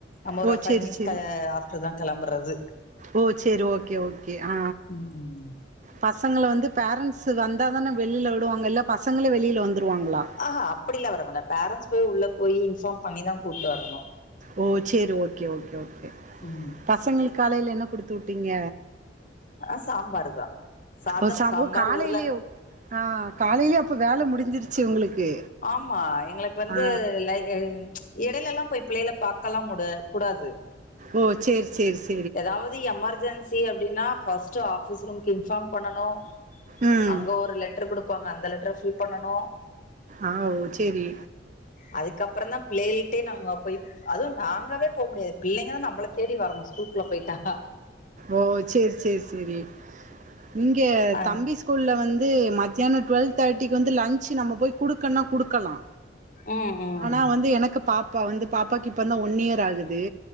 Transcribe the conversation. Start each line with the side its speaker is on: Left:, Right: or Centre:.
Left: நம்ம ஒரு
Right: ஓ
Left: பைவ்
Right: சேரி
Left: மினிட்ஸ்
Right: சேரி
Left: ஆஃப்டர்தா கெளம்புறது
Right: ஓ செரி ஓகே ஓகே ஆ
Left: ம் ம்
Right: பசங்கள வந்து பேரண்ட்ஷு வந்தாதான வெளில விடுவாங்க இல்ல பசங்களே வெளில வந்துருவாங்களா
Left: ஆ ஹா அப்டிலா வரங்மாட்டாங்க பேரண்ட்ஸ் போய் உள்ள போய் இன்ஃபார்ம் பண்ணிதா கூட்டு வரணு
Right: ஓ செரி ஓகே ஓகே ஓகே
Left: ம்
Right: பசங்களுக் காலையில என்ன குடுத்துவுட்டீங்க
Left: ஆ சாம்பாருதா சாதம்
Right: ஓ சம்போ
Left: சாம்பார்
Right: காலையிலயே
Left: உருல
Right: ஆ காலையிலே அப்ப வேல முடிஞ்சிருச்சு உங்களுக்கு
Left: ஆம்மா எங்களுக்கு வந்து
Right: ஆ
Left: லை ஏ இடையிலலெல்லாம் போய் பிள்ளைல பாகக்கலா முட கூடாது.
Right: ஓ செரி செரி
Left: ஏதாவது எமர்ஜென்சி அப்டின்னா ஃபஸ்ட் ஆபீஸ் ரூமுக்கு இன்பாம் பண்ணனு
Right: ம்.
Left: அங்க ஒரு லெட்டர் குடுப்பாங் அந்த லெட்டர ஃபில் பண்ணனு
Right: அ ஒ செரி
Left: அதுக்கப்பற தா பிள்ளைல்ட்டே நாங்க போய் அதுவும் நாங்களே போ முடியாது பிள்ளைங்க தா நம்பள தேடி வரணு ஸ்கூலுக்குள்ள போய்ட்டா
Right: ஓ செரி செரி சேரி இங்க
Left: அ
Right: தம்பி ஸ் கூல்ல வந்து மத்யான டுவல் தேட்டிக்கு வந்து லஞ்சு நம்ம போய் குடுக்கனா குடுக்கலா
Left: ம் ம்
Right: ஆனா வந்து எனக்கு பாப்பா வந்து பாப்பாக்கு இப்பந்தா ஒன் இயர் ஆகுது